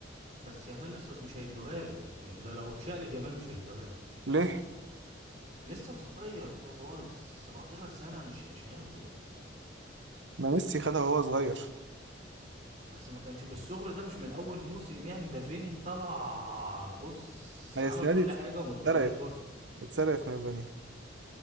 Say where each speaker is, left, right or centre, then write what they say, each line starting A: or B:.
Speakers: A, on the right; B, on the right.
A: بس يامال لسه مش هيدوها له يعني ده لو اتشقلب يامال مش هيدوها له
B: ليه؟
A: لسه صغير خالص 17 سنه مش مش هياخد ال...
B: ما ميسي خدها وهو صغير
A: بس ما كانش بالصغر ده مش من اول موسم يعني ده فيني طلع بص
B: ما هي
A: عمل
B: السنة
A: كل
B: دي
A: حاجه وما ادوهالوش
B: اتسرقت
A: برضه
B: اتسرقت من فاني